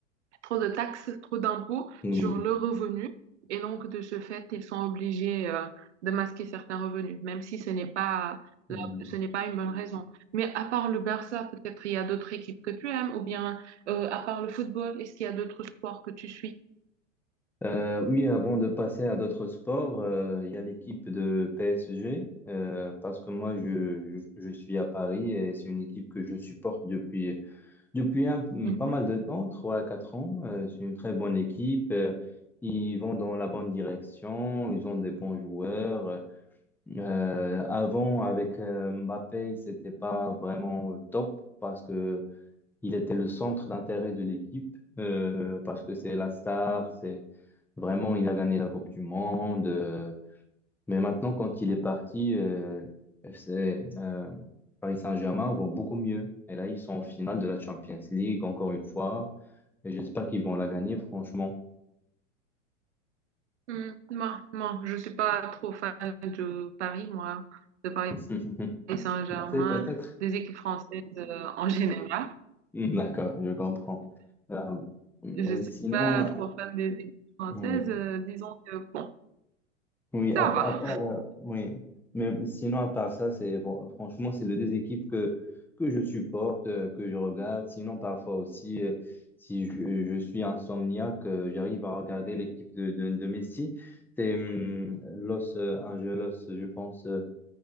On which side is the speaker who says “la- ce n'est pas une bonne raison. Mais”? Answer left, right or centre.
Right